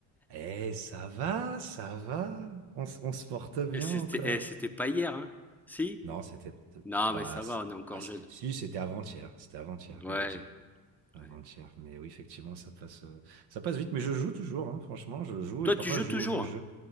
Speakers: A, on the right; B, in the centre.
A: Eh, ça va, ça va, on, s- on se porte bien
B: Et c'était,
A: encore.
B: eh, c'était pas hier, hein. Si?
A: Non, c'était.
B: Non,
A: Bah,
B: mais ça
A: c'est-
B: va, on est encore
A: ah, c'est-
B: jeune.
A: si, c'était avant-hier, c'était avant-hier,
B: Ouais,
A: on va dire. Avant-hier,
B: ouais.
A: mais oui, effectivement, ça passe, euh, ça passe vite. Mais je joue toujours, hein, franchement, je joue
B: Toi,
A: et parfois
B: tu joues
A: je joue
B: toujours?
A: aux vieux jeux.
B: hein